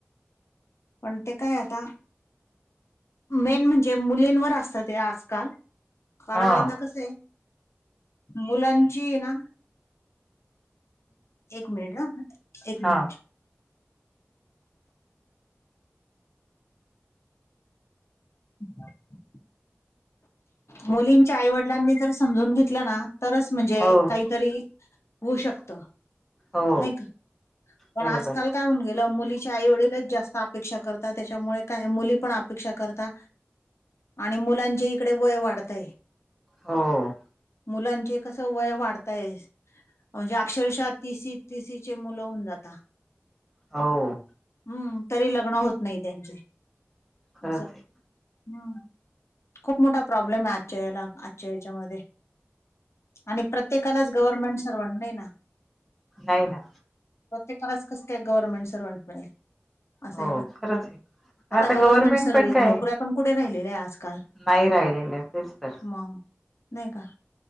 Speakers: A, on the left; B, in the centre.
A: पण ते काय आता. मेन म्हणजे मुलींवर असत ते आजकाल कारण
B: हा
A: आता कसं आहे मुलांची हे ना एक मिनिट ह एक
B: हा
A: मिनिट. <unintelligible> मुलींच्या आईवडिलांनी जर समजून घेतलं ना तरच म्हणजे
B: हो
A: काहीतरी, होऊ शकत
B: हो
A: नाही का, पण
B: बरोबर
A: आजकाल काय होऊन गेलं मुलीच्या आई वडीलच जास्त अपेक्षा करतात त्याच्यामुळे काय मुली पण अपेक्षा करतात. आणि मुलांचे इकडे वय वाढतंय.
B: हो.
A: मुलांचे कस वय वाढताय म्हणजे अक्षरशः तीस. तिसीचे मुलं होऊन जातात.
B: हाव,
A: हम्म तरी लग्न होत नाही त्यांचं
B: खरंच
A: असं
B: आहे
A: हम्म खूप मोठा प्रॉब्लेम आहे आजच्या याला आजच्या याच्यामध्येध्ये आणि प्रत्येकालाच गव्हर्नमेंट सर्वंट नाही ना
B: नाही ना.
A: प्रत्येकाला स कस काय गव्हर्नमेंट सर्व्हंट मिळेल. असं
B: हो
A: आहे ना
B: खरंच आहे पण
A: आता गव्हर्मेंट सर्विस
B: पण काय
A: नोकऱ्या पण पुढे राहिलेल्या आजकाल.
B: नाही राहिलेलं तेच तर.
A: मग नाही का